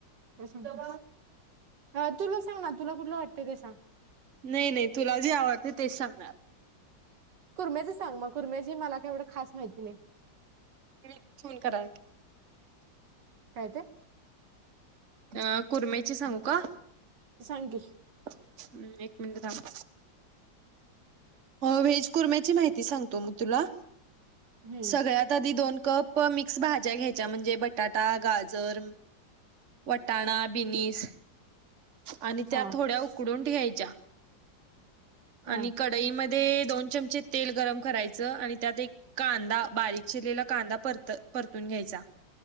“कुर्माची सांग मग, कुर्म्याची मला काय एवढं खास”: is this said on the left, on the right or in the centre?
Right